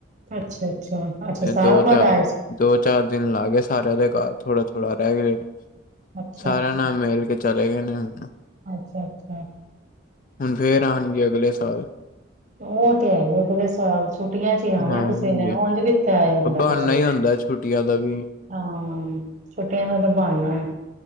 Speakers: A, on the right; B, on the left.
A: ਅੱਛਾ-ਅੱਛਾ-ਅੱਛਾ, ਸਾਲ
B: ਦੋ
A: ਬਾਅਦ
B: ਚਾਰ
A: ਆਏ ਸੀ।
B: ਦੋ ਚਾਰ ਦਿਨ ਲਾ ਗਏ ਸਾਰਿਆਂ ਦੇ ਘਰ ਥੋੜਾ ਥੋੜਾ ਰਹਿਗੇ
A: ਅੱਛਾ
B: ਸਾਰਿਆਂ
A: ਅੱਛਾ।
B: ਨਾਲ ਮਿਲ ਕੇ ਚਲੇਂ ਗਏ ਨੇ ਹੁਣ,
A: ਅੱਛਾ ਅੱਛਾ
B: ਹੁਣ ਫੇਰ ਆਉਣਗੇ ਅਗਲੇ ਸਾਲ।
A: ਉਹ ਤੇ ਹੈਗੇ ਅਗਲੇ ਸਾਲ ਛੁੱਟੀਆਂ ਚ ਹੀ ਆਣਾ
B: ਹਾਂਜੀ,
A: ਕਿਸੇ ਨੇ, ਉਂਝ ਕਿ ਕਿਥੇ ਆਇਆ ਜਾਂਦਾ
B: ਬਹਾਨਾ
A: ਕਿਸੇ ਤੋ,
B: ਹੀ ਹੁੰਦਾ ਛੁੱਟੀਆਂ ਦਾ ਵੀ।
A: ਆਹ ਛੁੱਟੀਆਂ ਦਾ ਤਾਂ ਬਾਨਾ ਐ,